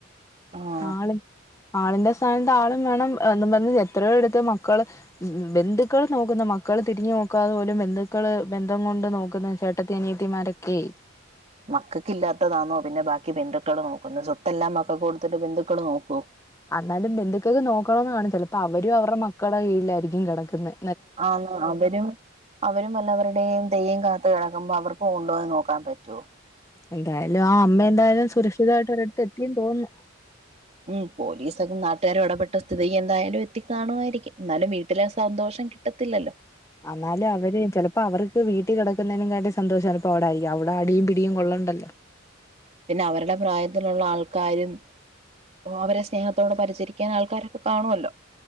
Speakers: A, on the right; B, on the left.
A: ആഹ്
B: ആള് - ആളിന്റെ സ്ഥാനത് ആളും വേണം എന്നും പറഞ് എത്രയോ എടുത്ത് മക്കള്- ഉം ബന്ധുക്കൾ നോക്കുന്ന മക്കള് തിരിഞ്ഞു നോക്കാതെ പോലും ബന്ധുക്കള് ബന്ധം കൊണ്ട് നോക്കുന്നേനു വെച്ചാൽ - ചേട്ടത്തി അനിയത്തിമാരൊക്കെയെ
A: മക്കൾക്ക് ഇല്ലാത്തതാണോ പിന്നെ ബാക്കി ബന്ധുക്കള് നോക്കുന്നു സ്വത്തെല്ലാം മക്കക്ക് കൊടുത്തിട്ട് ബന്ധുക്കള് നോക്കുവോ
B: അന്നാലും ബന്ധുക്കൾക്ക് നോക്കണന്ന് കാണും ചെലപ്പോ അവരും അവരുടെ മക്കളുടെ കീഴിലായിരിക്കും കെടക്കുന്നത്
A: ആഹ് അവരും അവരും വല്ലവരുടെയും - തെയ്യം കാത്തുകെടക്കുമ്പോ അവർക്ക് കൊണ്ടുപോയി നോക്കാൻ പറ്റുമോ
B: എന്തായാലും ആ അമ്മ എന്തായാലും സുരക്ഷിതായിട്ട് ഒരിടുത്ത് എത്തിന്ന് തോന്നുന്നു
A: ഉം പോലിസൊക്കെ നാട്ടുകാരും എടപെട്ട സ്ഥിതിക്ക് എന്തായാലും എത്തിക്കണുമായിയിരിക്കും എന്നാലും വീട്ടിലെ സന്തോഷം കി- കിട്ടത്തില്ലല്ലോ
B: എന്നാലും അവര് ചെലപ്പോ അവർക്ക് വീട്ടി കെടക്കുന്നതിനും കാട്ടി സന്തോഷം ചെലപ്പോ അവിടെ ആയിരിക്കും അവിടെ അടിയും പിടിയും കൊള്ളണ്ടല്ലോ
A: പിന്നെ അവരുടെ പ്രായത്തിലുള്ള ആൾക്കാരും അവരെ സ്നേഹ- അപ്പൊ അവിടെ പരിചരിക്കാൻ ആൾക്കാരൊക്കെ കാണുമല്ലോ